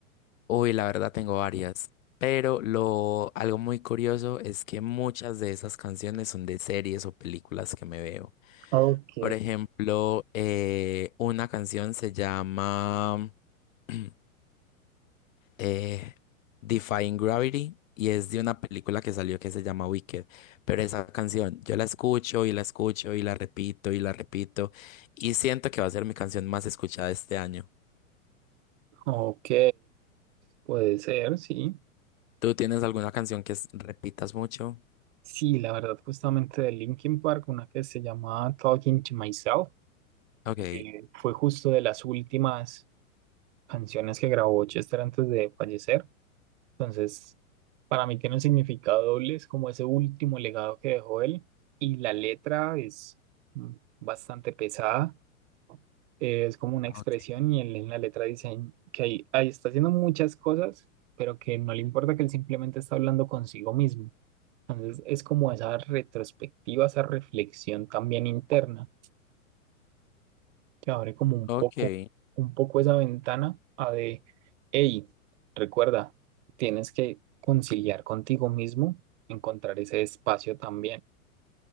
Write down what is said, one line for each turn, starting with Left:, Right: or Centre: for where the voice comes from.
Left: Uy, la verdad tengo varias, pero lo algo muy curioso es que muchas de esas canciones son de series o películas que me veo.
Right: Ok,
Left: Por ejemplo, eh, una canción se llama <clears throat> eh, Defying Gravity y es de una película que salió que se llama Wicked. Pero esa canción yo la escucho y la escucho y la repito y la repito y siento que va a ser mi canción más escuchada este año.
Right: ok, puede ser, sí.
Left: ¿Tú tienes alguna canción que es- repitas mucho?
Right: Sí, la verdad, justamente de Linkin Park, una que se llama Talking to Myself,
Left: Ok,
Right: eh, fue justo de las últimas canciones que grabó Chester antes de fallecer. Entonces, para mí tiene un significado doble, es como ese último legado que dejó él. Y la letra es mm, bastante pesada, eh, es como una
Left: ok,
Right: expresión y él en la letra dice que ahí, ahí está haciendo muchas cosas, pero que no le importa que él simplemente está hablando consigo mismo. Entonces, es como esa retrospectiva, esa reflexión también interna te abre como un
Left: ok.
Right: poco, un poco esa ventana a de, hey, recuerda, tienes que conciliar contigo mismo, encontrar ese espacio también.